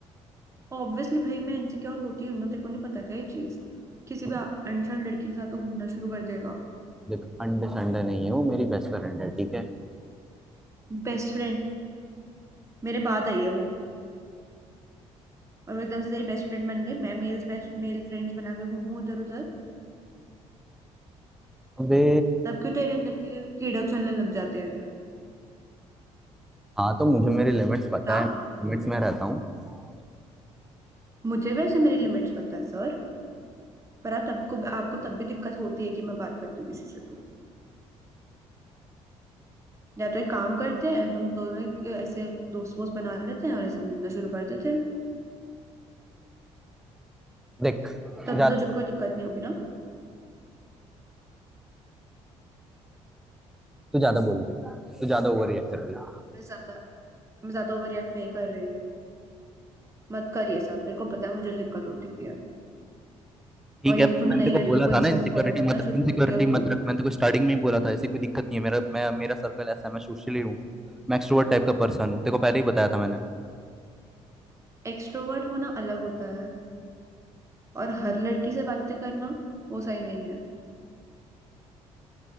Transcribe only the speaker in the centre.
अब
देख अंडे संडे नहीं है वो मेरी बेस्ट फ्रेंड है ठीक है
अबे
हाँ तो मुझे मेरी लिमिट्स पता
है लिमिट्स में रहता हूँ
देख
ज्यादा
तू ज्यादा बोल रही है तू ज्यादा ओवर रिएक्ट कर रही है
ठीक
है
पर
मैंने
तो
बोला
था
ना इनसिक्योरिटी
मत
इनसिक्योरिटी
मत रख मैंने तो स्टार्टिंग में ही बोला था ऐसी कोई दिक्कत नहीं है मेरा मैं मेरा सर्कल ऐसा है मैं सोशली हूँ मैं एक्सट्रोवर्ट टाइप का पर्सन हूँ तेरे को पहले ही बताया था मैंने